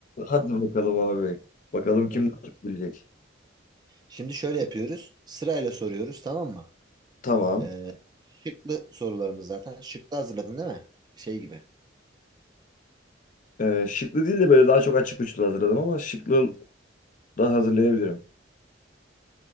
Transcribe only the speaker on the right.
Hı hı.
Şimdi şöyle yapıyoruz. Sırayla soruyoruz tamam mı?
Ee, şıklı sorularımız zaten. Şıklı hazırladın değil mi? Şey gibi.